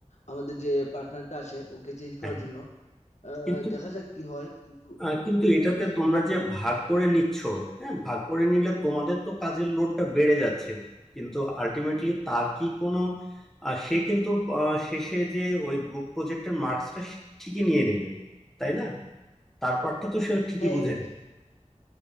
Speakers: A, on the left; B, in the centre.
A: আমাদের যে পার্টনারটা আছে ওকে চেঞ্জ করার
B: হ্যাঁ
A: জন্য আহ
B: হ্যাঁ।
A: দেখা যাক কি হয় কিন্তু
B: আহ, কিন্তু
A: আহ
B: এটাতে
A: ঠিক
B: তোমরা
A: কথা।
B: যে ভাগ করে নিচ্ছ হ্যাঁ ভাগ করে নিলে তোমাদের তো কাজের লোডটা বেড়ে যাচ্ছে কিন্তু আলটিমেটলি তার কি কোনো আহ, সে কিন্তু আহ, শেষে যে ওই গ্রুপ প্রজেক্টের মার্কসটা ঠিকই নিয়ে নেবে তাই না তার পার্টটা তো সে ঠিকই
A: হ্যাঁ
B: বুঝে
A: এটাই তো-